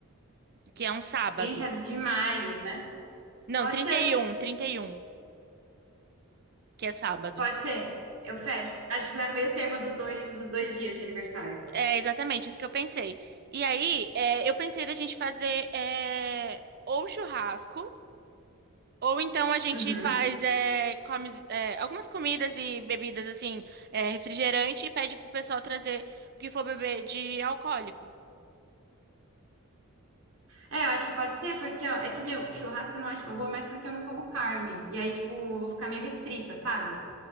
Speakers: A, on the right; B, on the right.
A: Que é um sábado.
B: 30 de maio, né?
A: Não,
B: Pode
A: trinta
B: ser.
A: trinta e um, trinta e um, que é sábado.
B: Pode ser. Eu fecho. Acho que vai no meio termo dos dois, dos dois dias de aniversário.
A: É exatamente isso que eu pensei. E aí, é, eu pensei da gente fazer é, ou churrasco, ou então a gente
B: Uhum.
A: faz é, come- é, algumas comidas e bebidas, assim, é, refrigerante, e pede pro pessoal trazer o que for beber de alcoólico.
B: É, eu acho que pode ser, porque, ó, é que, meu, churrasco eu não acho uma boa, mas porque eu não como carne. E aí, tipo, eu vou ficar meio restrita, sabe?